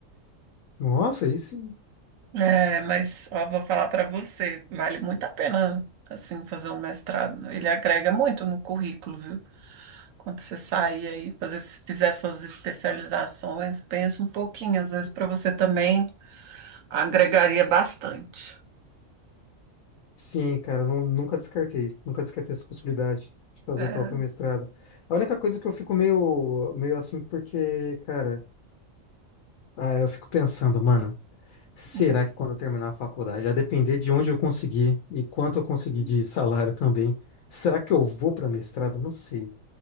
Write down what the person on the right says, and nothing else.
É, mas ó, vou falar para você, vale muito a pena assim fazer um mestrado. Ele agrega muito no currículo, viu? Quando você sair aí, fazer, fizer suas especializações, pensa um pouquinho, às vezes para você também agregaria bastante.
É,
hum,